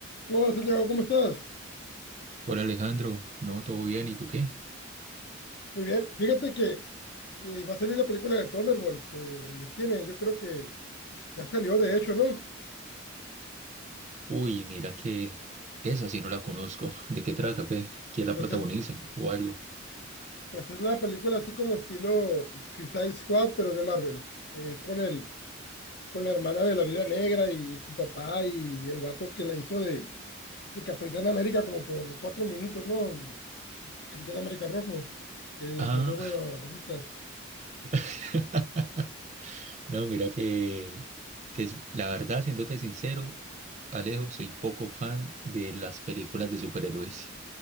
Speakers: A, on the left; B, on the right.
A: ¿Qué onda, Santiago? ¿Cómo estás?
B: Hola Alejandro, no, todo bien, ¿y tú qué?
A: Muy bien. Fíjate que eh, va a salir la película de Thunderbolts eh, en el cine. Yo creo que ya salió, de hecho, ¿no?
B: Uy, mira que esa sí no la conozco. <laughs> ¿De qué trata, pues? ¿Quién la
A: Pues
B: protagoniza
A: es,
B: o algo?
A: pues es la película así como estilo Suicide Squad, pero de Marvel. Eh, es con el, con la hermana de la Viuda Negra y su papá y el vato que la hizo de, de Capitán América como por cuatro minutos, ¿no? Capitán América Rojo, que
B: Ah,
A: salió medio racista.
B: <laughs> no, mira que, que es- la verdad, siéndote sincero, Alejo, soy poco fan de las películas de superhéroes.